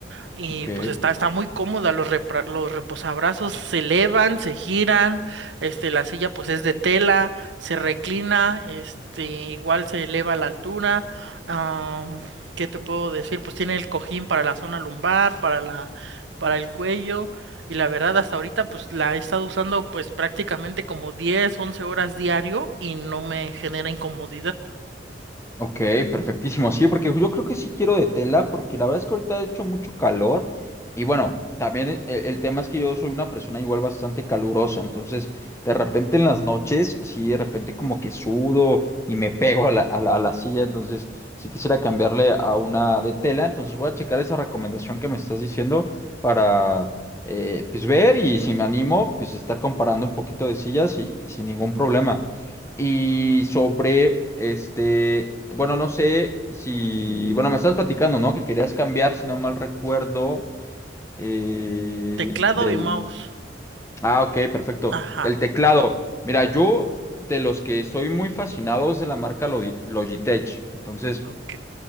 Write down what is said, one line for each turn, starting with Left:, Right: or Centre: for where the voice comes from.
Right: y
Left: Ok.
Right: pues está, está muy cómoda, los, repra- los reposabrazos se elevan, se giran, este, la silla pues es de tela, se reclina, este, igual se eleva a la altura. ah, ¿qué te puedo decir? Pues tiene el cojín para la zona lumbar, para la, para el cuello. Y la verdad, hasta ahorita pues la he estado usando pues prácticamente como 10 11 horas diario y no me genera incomodidad.
Left: Ok, perfectísimo. Sí, porque yo creo que sí quiero de tela, porque la verdad es que ahorita ha hecho mucho calor. Y bueno, también e- e, el, tema es que yo soy una persona igual bastante calurosa. Entonces, de repente en las noches, sí, de repente como que sudo y me <laughs> pego a la, a la, a la silla. Entonces, sí quisiera cambiarle a una de tela. Entonces, voy a checar esa recomendación que me estás diciendo para, eh, pues, ver y si me animo, pues, estar comparando un poquito de sillas y sin ningún problema. Y sobre este, bueno, no sé si, bueno, me estabas platicando, ¿no? Que querías cambiar, si no mal recuerdo, eh,
Right: Teclado
Left: del,
Right: y mouse.
Left: ah, ok, perfecto,
Right: Ajá,
Left: del teclado. Mira, yo de los que estoy muy fascinados de la marca Lo- Logitech, entonces
Right: ok.